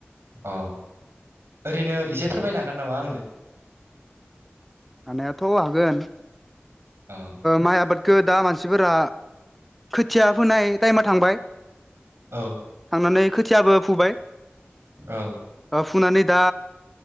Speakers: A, on the right (about 80°); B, in the centre.
A: अ ओरैनो इसे फोरमायनो हागोन नामा आंनो?
B: हानायाथ' हागोन।
A: औ
B: माइ आबादखौ दा मानसिफोरा खोथिया फोनाय टाइमा थांबाय।
A: औ
B: थांनानै खोथियाबो फुबाय।
A: औ
B: फुनानै दा